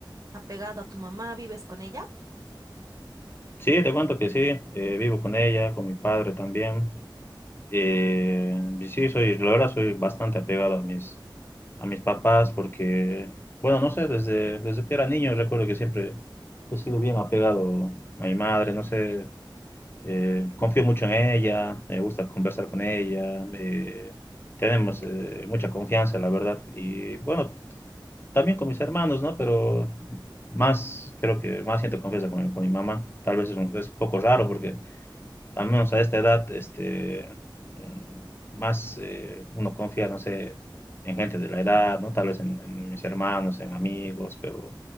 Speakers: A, on the right (about 45°); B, on the left (about 25°).
A: apegado a tu mamá, ¿vives con ella?
B: Sí, te cuento que sí, eh, vivo con ella, con mi padre también. Eh, y sí, soy, la verdad soy bastante apegado a mis, a mis papás porque, bueno, no sé, desde, desde que era niño recuerdo que siempre he sido bien apegado a mi madre, no sé, eh, confío mucho en ella, me gusta conversar con ella, eh, tenemos eh, mucha confianza, la verdad. Y bueno, también con mis hermanos, ¿no? Pero más, creo que más siento confianza con, mi- con mi mamá. Tal vez es un, es un poco raro porque al menos a esta edad, este, mm, más eh, uno confía, no sé, en gente de la edad, ¿no? Tal vez en, en mis hermanos, en amigos, pero